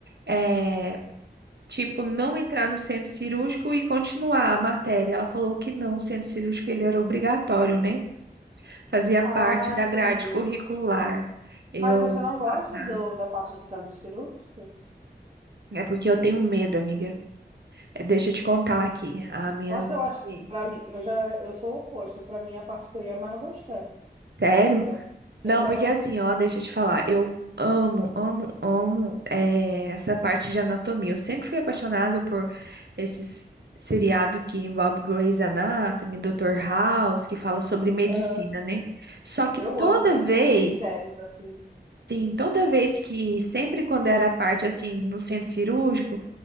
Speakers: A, on the right; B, on the right.
A: eh, tipo, não entrar no centro cirúrgico e continuar a matéria. Ela falou que não, o centro cirúrgico ele era obrigatório, né? Fazia parte
B: ah,
A: da
B: entendi.
A: grade curricular. Eu
B: Mas você não gosta
A: passar.
B: do, da parte do centro cirúrgico?
A: É porque eu tenho medo, amiga. É, Deixa eu te contar aqui as minhas
B: Nossa,
A: experiências.
B: eu acho, para mim, eu já, eu sou o oposto. Para mim, é a parte que eu ia mais gostar.
A: Sério?
B: É.
A: Não,
B: Aham,
A: porque assim, ó, deixa eu te falar, eu amo, amo, amo eh, essa parte de anatomia. Eu sempre fui apaixonado por esses seriado que envolve Grey's Anatomy, Dr. House, que fala sobre medicina,
B: aham.
A: né? Só que
B: Eu
A: toda
B: amo
A: vez,
B: ver séries assim.
A: sim, toda vez que, sempre quando era a parte assim, no centro cirúrgico,